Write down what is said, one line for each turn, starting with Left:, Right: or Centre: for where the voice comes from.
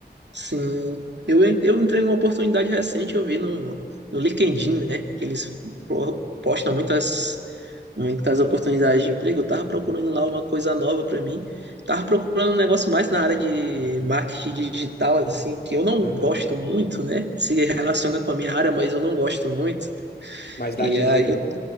Right: Sim, eu, en- eu entrei numa oportunidade recente, eu vi no, no LinkedIn, né, que eles po- postam muitas, muitas oportunidades de emprego. Eu tava procurando lá uma coisa nova para mim, tava procurando um negócio mais na área de marketing digital, assim, que eu não
Left: Aham.
Right: gosto muito, né, se relaciona com a minha área, mas eu não gosto muito.
Left: Mas dá
Right: E
Left: dinheiro.
Right: aí eu